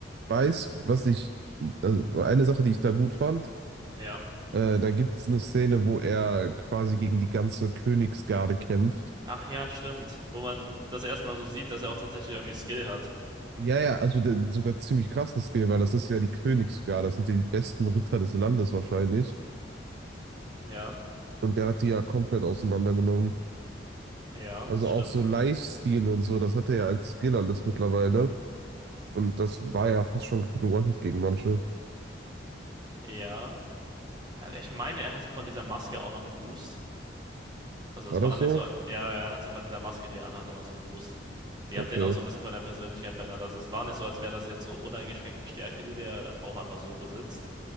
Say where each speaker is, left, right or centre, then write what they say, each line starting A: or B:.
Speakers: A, on the right; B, on the right.
A: Weiß, was ich, also eine Sache, die ich da gut fand,
B: Ja.
A: äh, da gibt es eine Szene, wo er quasi gegen die ganze Königsgarde kämpft.
B: Ach ja, stimmt. Wo man das erstmal so sieht, dass er auch tatsächlich irgendwie Skill hat.
A: Ja, ja, also der, sogar ziemlich krassen Skill, weil das ist ja die Königsgarde, das sind ja die besten Ritter des Landes wahrscheinlich.
B: Ja,
A: Und der hat die ja komplett auseinandergenommen.
B: ja,
A: Also
B: das stimmt.
A: auch so Lifestyle und so, das hat er ja als Skill alles mittlerweile. Und das war ja fast schon gefühlt ein One-Hit gegen manche.
B: Ja. Ja, Ich meine, er hatte von dieser Maske auch noch einen Boost. Also
A: War
B: es
A: das
B: war nicht
A: so?
B: so, ja, er hatte von dieser Maske, die er anhatte, noch so einen Boost. Die
A: Okay.
B: hat den auch so ein bisschen von der Persönlichkeit verändert. Also es war nicht so, als wäre das jetzt so uneingeschränkte Stärke, die der auch einfach so besitzt.